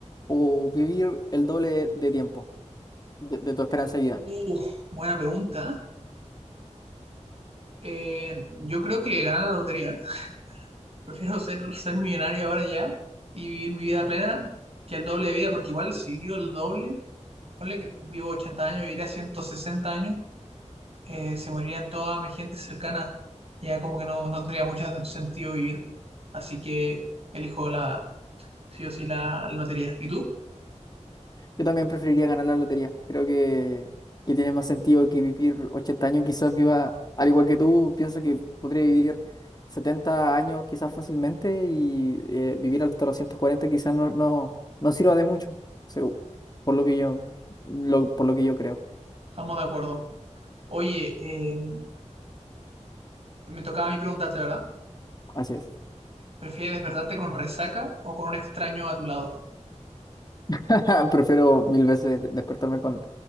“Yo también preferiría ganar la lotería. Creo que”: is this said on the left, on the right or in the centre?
Left